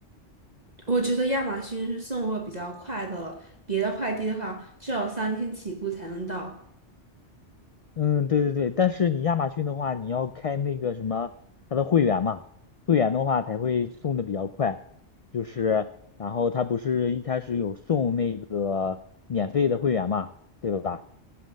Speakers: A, on the right; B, on the left.
A: 我觉得亚马逊是送货比较快的了，别的快递的话至少三天起步才能到。
B: 嗯，对对对，但是你亚马逊的话，你要开那个什么，它的会员嘛，会员的话才会送的比较快。就是，然后它不是一开始有送那个免费的会员嘛，对吧？